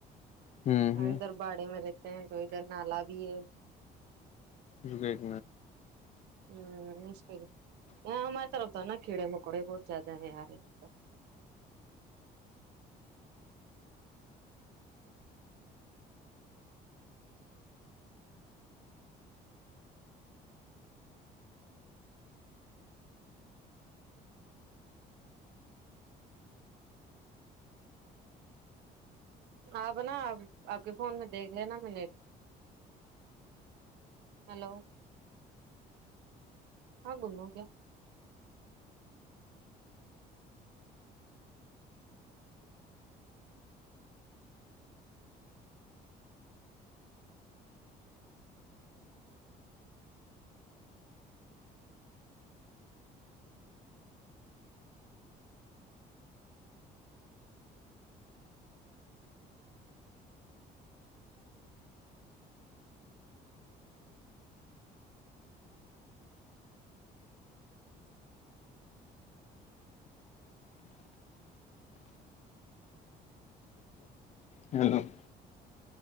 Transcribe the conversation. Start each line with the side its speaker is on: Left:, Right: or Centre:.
Left: ہوں
Right: اور
Left: ہوں
Right: ادھر باڑے میں رہتے ہیں تو ادھر نالا بھی ہے
Left: رکےیک
Right: ہوں انسے آاں ماتااربتا نا کڑے مک ککوڑے بہت زیادہ ہیں آ رہے ہیںاں پر آپ نا آپ آپ کے فون میں دیکھ لینا میں نیٹ ہلو آ گوں م کیا
Left: ہ <inaudible>